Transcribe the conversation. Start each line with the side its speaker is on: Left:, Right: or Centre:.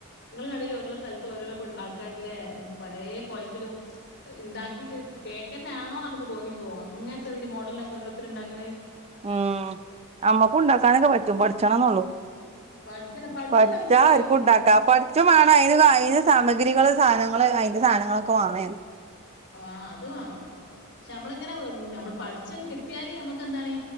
Left: നിങ്ങളുടെ കടൽ ഓരോരോ സ്ഥലത്തും ഓരോരോ ആൾക്കാരില്ലേ പലേ കോലത്തിലും ണ്ടാക്കിട്ട് കേൾക്ക തന്നെ ആണോ നമുക്ക് തോന്നിപ്പോോ അങ്ങനത്തെ ഇതിന് മോഡലൊക്കെഓരോ ത്തരുണ്ടാക്കണേ
Right: ഉം അമ്മക്കും ഉണ്ടാക്കാനൊക്കെ പറ്റും പഠിച്ചണംന്നള്ളു
Left: പഠിക്കണം.
Right: പഠിച്ചാ
Left: എളുപ്പം കഴിയും.
Right: ആർക്ക് ഉണ്ടാക്കാ
Left: അത് സ
Right: പഠിച്ചു വേണം അതിന് അന് സാമഗ്രികൾ സാധങ്ങളെല്ലാ അയിന്റെ സധങ്ങളൊക്കെ വാണെനു
Left: വേണം അത് വേണം പക്ഷെ നമ്മളിങ്ങനെ നമ്മൾ പഠിച്ചം കി കട്ടിയാല് നമുക്ക് എന്താണ്